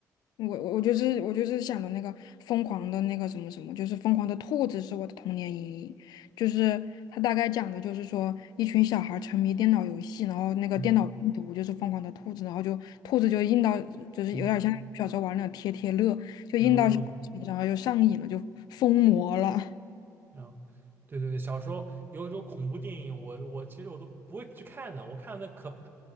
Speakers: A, on the left (about 80°); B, on the right (about 30°).
A: 我我就是我就是想的那个疯狂的那个什么什么，就是疯狂的兔子是我的童年阴影，就是它大概讲的就是说一群小孩儿沉迷电脑游戏，然后那个电脑病毒就是疯狂的兔子，
B: 嗯
A: 然后就兔子就印到就是有点像小时候玩那种贴贴乐，
B: 嗯，嗯
A: 就印到小孩身上，
B: 然后
A: 然后就上瘾了，就疯魔了。
B: 然后，对对对，小时候有一种恐怖电影，我我其实我都不会去看的。我看那可